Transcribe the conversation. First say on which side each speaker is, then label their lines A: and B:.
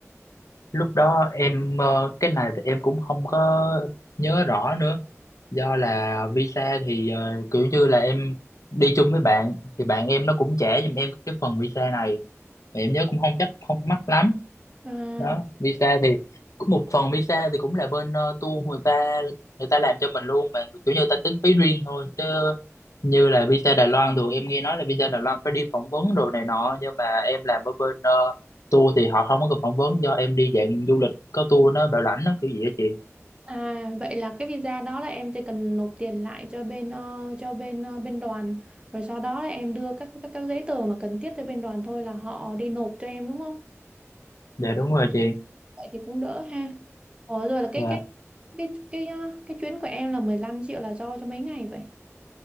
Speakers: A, on the left; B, on the right.
A: Lúc đó em ờ, cái này thì em cũng không có nhớ rõ nữa do là visa thì ờ, kiểu như là em đi chung với bạn thì bạn em nó cũng trả giùm em cái phần visa này Mà em nhớ cũng không chắc không mắc lắm
B: À,
A: đó visa thì cũng một phần visa thì cũng là bên ờ, tour người ta người ta làm cho mình luôn mà kiểu như người ta tính phí riêng thôi chứ như là visa Đài Loan thì em nghe nói là visa Đài Loan phải đi phỏng vấn đồ này nọ nhưng mà em làm ở bên ờ, tour thì họ không có cần phỏng vấn do em đi dạng du lịch có tour nó bảo lãnh nó kiểu gì đó chị
B: à vậy là cái visa đó là em chỉ cần nộp tiền lại cho bên ờ, cho bên ờ, bên đoàn rồi sau đó là em đưa các các các giấy tờ mà cần thiết cho bên đoàn thôi là họ đi nộp cho em đúng không?
A: dạ đúng rồi chị
B: Vậy thì cũng đỡ ha. Ờ rồi là cái
A: dạ
B: cái cái cái ờ, cái chuyến của em là 15 triệu là do cho mấy ngày vậy?